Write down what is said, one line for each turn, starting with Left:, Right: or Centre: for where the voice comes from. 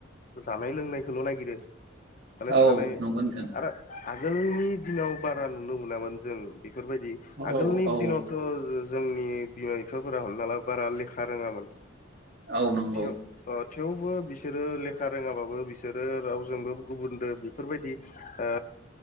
Left: जानाय लोंनायखौल नागिरो माने
Right: औ
Left: थानाय
Right: नंगौ नोंथां
Left: आरो आगोलनि दिनाव बारा नुनो मोनामोन जों बेफोरबायदि
Right: औ
Left: आगोलनि
Right: औ
Left: दिनाव थ जोंनि बिमा बिफाफोरा हमना ला बारा लेखा रोङामोन
Right: औ नंगौ
Left: थेव अ थेवबो बिसोरो लेखा रोङाबाबो बिसोरो रावजोंबो गुबुनदो बेफोरबायदि ओ